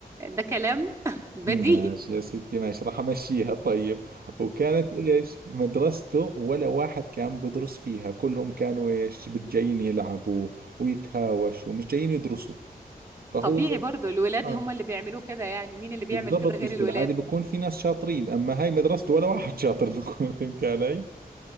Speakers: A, on the right; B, on the right.
A: ده كلام <laughs> بديهي
B: ماشي يا ستي ماشي راح أمشيها طيب وكانت إيش مدرسته ولا واحد كان بدرس فيها كلهم كانوا إيش بتجايين يلعبوا ويتهاوشوا مش جايين يدرسوا فهو
A: طبيعي
B: زي
A: برضو الولاد
B: آه
A: هم اللي بيعملوه كده يعني مين اللي بيعمل
B: بالضبط
A: كده غير
B: بس بالعادة
A: الولاد
B: بكون في ناس شاطرين أما هاي مدرسته ولا واحد شاطر <laughs> فهمت علي